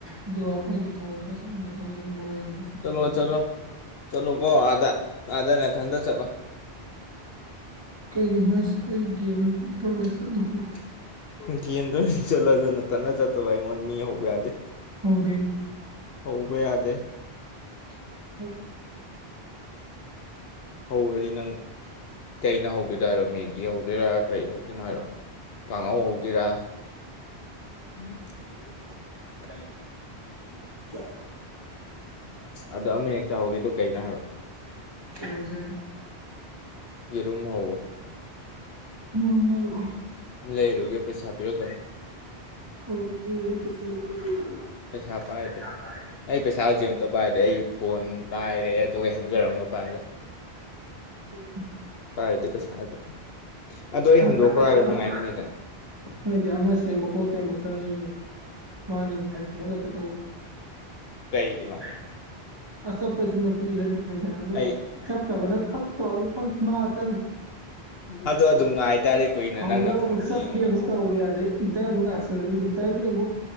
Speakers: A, on the right; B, on the left.
A: ꯑꯗꯨꯒ ꯑꯩꯒꯤ ꯊꯕꯛ ꯈꯔ ꯆꯠꯃꯤꯟꯅꯗꯧ ꯂꯩꯕ ꯃꯣꯏꯔꯥꯡꯒꯨꯝ
B: ꯆꯂꯣ ꯆꯂꯣ ꯆꯂꯣ ꯀꯣ ꯑꯗꯥ ꯑꯗꯅꯦꯊꯟꯗ ꯆꯠꯂꯣ
A: ꯀꯩꯒꯤꯅꯣ ꯍꯥꯏꯁꯦ ꯑꯩ ꯒꯦꯝꯗ ꯑꯣꯏꯅ ꯆꯠꯂꯨꯈꯤ
B: ꯦ ꯀ ꯆꯂꯗ ꯅ ꯇꯅ ꯆꯠꯇꯕ ꯑꯩꯉꯣꯟꯗ ꯃꯤ ꯍꯧꯕ ꯌꯥꯗꯦ
A: ꯍꯧꯗꯣꯏꯅꯤ
B: ꯍꯧꯕ ꯌꯥꯗꯦ
A: <unintelligible>
B: ꯍꯧꯔꯗꯤ ꯅꯪ ꯀꯩꯅ ꯍꯧꯗꯣꯏꯗ ꯍꯥꯏꯔꯣ ꯃꯦꯒꯤ ꯍꯧꯗꯣꯏꯔꯥ ꯀꯩ ꯍꯧꯗꯣꯏꯅꯣ ꯍꯥꯏꯔꯣ ꯀꯥꯡꯍꯧ ꯍꯧꯗꯣꯏꯔꯥ ꯎꯝ ꯎ
A: ꯀ
B: ꯑꯗ ꯑꯃ ꯍꯦꯛꯇꯍꯧꯔꯤꯗꯨꯣ ꯀꯩꯅꯣ ꯍꯥꯏꯕ
A: ꯀ ꯍꯧꯁꯦ
B: ꯌꯦ ꯔꯨꯝ ꯍꯣ
A: ꯃꯔꯝ ꯂꯩꯔꯛꯑꯣ
B: ꯂꯩꯔꯨꯒꯦ ꯄꯩꯁꯥ ꯄꯤꯔꯛꯀꯅꯤ
A: ꯑꯣ ꯑꯗꯨ ꯄ
B: ꯄꯩꯁꯥ ꯄꯥꯏꯗꯦ ꯑꯩ ꯄꯩꯁꯥ ꯍꯧꯖꯤꯛ ꯑꯃꯝꯇ ꯄꯥꯏꯗꯦ ꯑꯩ ꯐꯣꯟ ꯄꯥꯏꯔꯦ ꯑꯗꯨꯒ ꯍꯦꯟꯖꯔꯝꯒ ꯄꯥꯏꯔꯦ
A: ꯎꯝ
B: ꯄꯥꯏꯔꯗꯤ ꯄꯩꯁꯥ ꯑꯗꯣ ꯑꯗꯣ ꯑꯩ ꯍꯟꯗꯣꯛꯈ꯭ꯔꯣ
A: ꯄꯩꯁꯥꯁꯨ
B: ꯍꯥꯏꯔꯣ ꯅꯪ ꯍꯥꯏꯥꯏꯅꯤꯡꯉꯤꯗ
A: ꯍꯥꯏꯗꯤ ꯑꯃꯁꯦ ꯃꯀꯣꯛꯜꯇ ꯑꯃꯨꯛ ꯆꯪꯉꯤꯌꯦ ꯃꯥꯅꯦ ꯍꯥꯏꯥꯏ ꯄꯤꯍꯜꯂꯛꯀꯦ ꯇꯧꯕ
B: ꯀꯩꯒꯤꯅꯣ
A: <unintelligible> ꯑ ꯆꯞꯄꯁꯤꯅ ꯄꯤꯔꯗꯤ ꯐꯩꯗꯅ ꯅꯣꯏ
B: ꯑꯩ
A: ꯆꯠꯇꯕꯅ ꯄꯛ ꯇ
B: ꯑꯗꯣ ꯑꯗꯨꯝ ꯉꯥꯏꯇꯥꯔꯦ ꯀꯨꯏꯅ
A: ꯍꯧꯅꯕ
B: ꯅꯪꯅ ꯐꯪꯕ
A: ꯑꯃꯨꯛ ꯆꯞꯀꯦ
B: ꯌꯦꯡꯉ
A: ꯑꯃꯨꯛ ꯇꯧꯔꯦ ꯑꯗꯩ ꯏꯟꯇꯔ ꯑꯃꯨꯛ ꯂꯥꯛꯁꯤꯜꯂꯅꯤ ꯏꯟꯇꯔꯒꯤ ꯑꯃꯨꯛ